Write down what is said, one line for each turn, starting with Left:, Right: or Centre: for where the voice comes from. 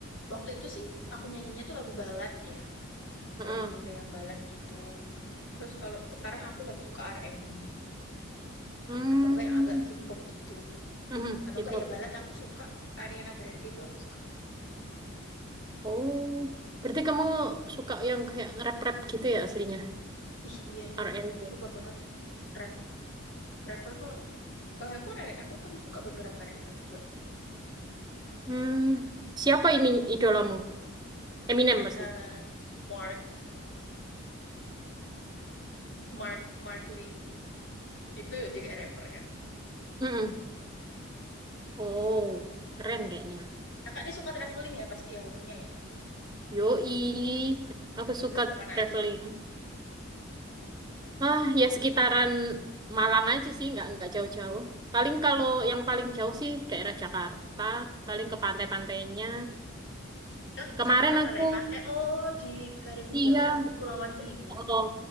Left: waktu itu sih aku nyanyinya tuh lagu balad ya
Right: Heeh.
Left: lagu genre yang balad gitu terus kalau sekarang aku lagi suka R&B
Right: Hmm.
Left: atau enggak yang agak hip hop gitu
Right: Mhm,
Left: atau
Right: Hip
Left: enggak
Right: hop.
Left: ya balat aku suka Ariana Grande itu aku suka
Right: Oh, berarti kamu suka yang kayak nge-rap-rap gitu ya aslinya?
Left: ih iya
Right: R&B.
Left: aku suka banget rap rapper tuh eh, aku ada- aku kan suka beberapa rapper juga
Right: Hmm. Siapa ini idolamu? Eminem pasti.
Left: Eh, Mark Mark Mark Lee itu juga rapper kan
Right: Mm-mm. Oh, keren kayaknya.
Left: kakak ini suka traveling ya pasti ya hobinya ya
Right: Yoi, aku suka
Left: udah kemana
Right: traveling.
Left: aja nih
Right: Ah, ya sekitaran Malang aja sih, nggak nggak jauh-jauh. Paling kalau yang paling jauh sih daerah Jakarta, paling ke pantai-pantainya.
Left: Hah,
Right: Kemarin
Left: Jakarta
Right: aku,
Left: pantai-pantai oh di Karimun
Right: iya,
Left: Jawa Kepulauan Seribu
Right: Oh,